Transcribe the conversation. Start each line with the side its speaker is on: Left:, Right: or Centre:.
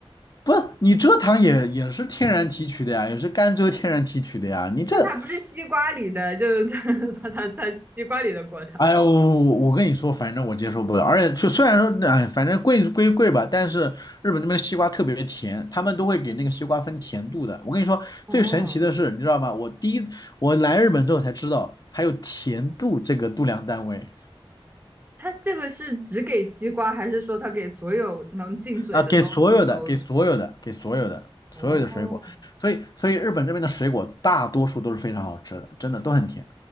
Left: 不，你蔗糖也也是天然提取的呀，也是甘蔗天然提取的呀。你这，
Right: 但它不是西瓜里的，就是它 <laughs> 它它它西瓜里的果糖。
Left: 哎呦，我跟你说，反正我接受不了。而且就虽然说，哎，反正贵归贵吧，但是日本那边的西瓜特别甜，他们都会给那个西瓜分甜度的。我跟你说，
Right: 哦，
Left: 最神奇的是，你知道吗？我第一我来日本之后才知道，还有甜度这个度量单位
Right: 它这个是只给西瓜，还是说它给所有能进嘴的东西都？
Left: 啊，给所有的，给所有的，给所有的，
Right: 哦，
Left: 所有的水果。所以所以日本这边的水果大多数都是非常好吃的，真的都很甜。